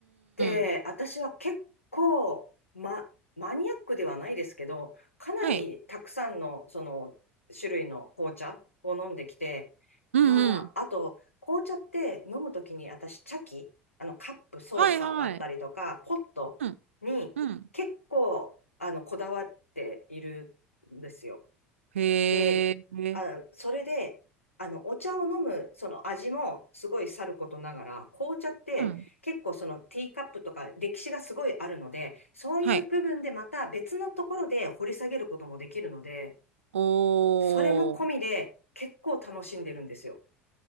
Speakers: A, on the left; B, on the right.
A: で、
B: ん。
A: 私は結構、ま、マニアックではないですけど、かなりたくさんの、
B: はい。
A: その、種類の紅茶を飲んできて、
B: うん、
A: まあ、
B: うん。
A: あと、紅茶って飲むときに私、茶器、あの、カップ、ソーサーだったりとか、
B: はい、はい。
A: ポットに結構、
B: うん、うん。
A: あの、こだわっているんですよ。
B: へえ。
A: で、あ、それで、あの、お茶を飲む、その味もすごいさることながら、紅茶って結構そのティーカップとか歴史がすごいあるので、
B: うん。
A: そういう部分でまた別のところで掘り下げることもできるので、
B: はい。おー。
A: それも込みで結構楽しんでるんですよ。